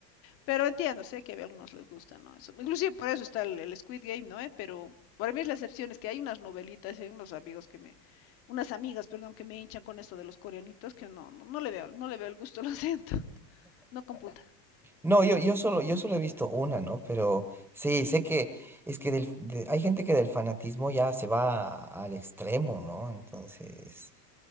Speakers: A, on the left; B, in the centre.
A: Pero entiendo, sé que a algunos les gusta, ¿no? Eso. Inclusive por eso está el, el Squid Game, ¿no? eh? Pero para mí es la excepción, es que hay unas novelitas, hay unos amigos que me... Unas amigas, perdón, que me hinchan con esto de los coreanitos, que no, no, no le veo, no le veo el gusto, <laughs> lo siento. No computa.
B: No, yo, yo solo, yo solo he visto una, ¿no? Pero sí, sé que es que del- de- hay gente que del fanatismo ya se va a- al extremo, ¿no? Entonces,